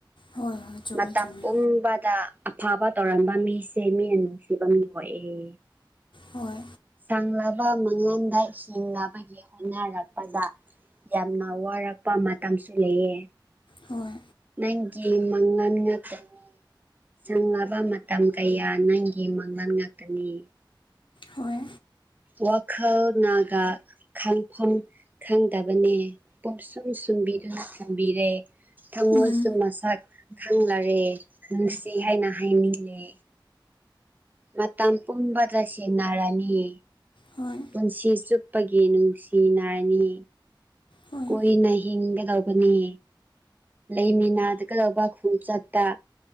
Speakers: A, on the left; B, on the right.
A: ꯍꯣꯏ ꯍꯣꯏ ꯆꯨꯝꯃꯦ
B: ꯃꯇꯝ
A: ꯆꯨꯝꯃꯦ
B: ꯄꯨꯝꯕꯗ ꯑꯐꯕ ꯇꯧꯔꯝꯕ ꯃꯤꯁꯦ ꯃꯤꯅ ꯅꯨꯡꯁꯤꯕ ꯃꯤ ꯍꯣꯏꯑ‌ꯦ
A: ꯍꯣꯏ
B: ꯀꯪꯂꯕ ꯃꯉꯟꯗ ꯍꯤꯡꯅꯕꯒꯤ ꯍꯣꯠꯅꯔꯛꯄꯗ ꯌꯥꯝꯅ ꯋꯥꯔꯛꯄ ꯃꯇꯝꯁꯨ ꯂꯩꯌꯦ
A: ꯍꯣꯏ
B: ꯅꯪꯒꯤ ꯃꯪꯉꯟ ꯉꯥꯛꯇꯥ ꯆꯪꯂꯕ ꯃꯇꯝ ꯀꯌꯥ ꯅꯪꯒꯤ ꯃꯥꯡꯂꯟ ꯉꯥꯛꯇꯅꯤ
A: ꯍꯣꯏ
B: ꯋꯥꯈꯜ ꯅꯥꯒꯥ ꯈꯥꯡꯐꯝ ꯈꯪꯗꯕꯅꯦ ꯄꯣꯠꯁꯨꯝ ꯁꯨꯝꯕꯤꯗꯨꯅ ꯊꯝꯕꯤꯔꯦ ꯊꯃꯣꯏꯁꯨ
A: ꯎꯝ
B: ꯃꯁꯛ ꯈꯪꯂꯔꯦ ꯅꯨꯡꯁꯤ ꯍꯥꯏꯅ ꯍꯥꯏꯅꯤꯡꯂꯦ ꯃꯇꯝ ꯄꯨꯝꯕꯗ ꯁ‌ꯦꯟꯅꯔꯅꯤ
A: ꯍꯣꯏ
B: ꯄꯨꯟꯁꯤ ꯆꯨꯞꯄꯒꯤ ꯅꯨꯡꯁꯤꯅꯥꯔꯅꯤ
A: ꯍꯣꯏ
B: ꯀꯨꯏꯅ ꯍꯤꯡꯒꯗꯧꯕꯅꯤ ꯂꯩꯃꯤꯅꯥꯗꯒꯗꯧꯕ ꯈ‌ꯣꯡꯆꯠꯇ